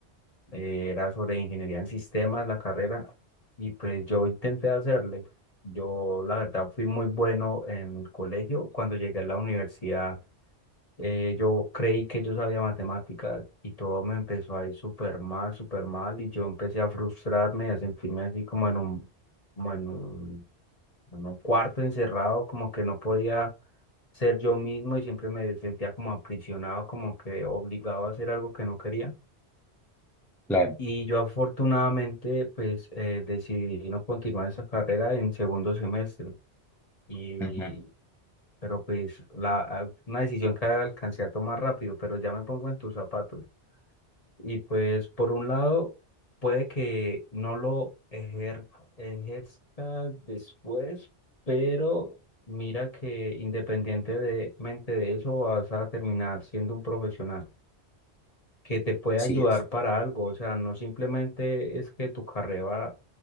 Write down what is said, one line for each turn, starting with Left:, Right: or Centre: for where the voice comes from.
Left: eh, era sobre ingeniería en sistemas, la carrera, y pues yo intenté hacerle. Yo, la verdad, fui muy bueno en el colegio. Cuando llegué a la universidad, eh, yo creí que yo sabía matemáticas y todo me empezó a ir súper mal, súper mal, y yo empecé a frustrarme y a sentirme así como en un, como en un, en un cuarto encerrado, como que no podía ser yo mismo y siempre me sentía como aprisionado, como que obligado a hacer algo que no quería.
Centre: Claro.
Left: Y yo afortunadamente pues eh, decidí no continuar esa carrera en segundo semestre. Y,
Centre: Ujú.
Left: pero pues la, a- una decisión que alcancé a tomar rápido, pero ya me pongo en tus zapatos. Y pues por un lado puede que no lo ejer, ejerzas después, pero mira que independientemente de eso vas a terminar siendo un profesional que te puede
Centre: Así
Left: ayudar
Centre: es.
Left: para algo, o sea, no simplemente es que tu carrera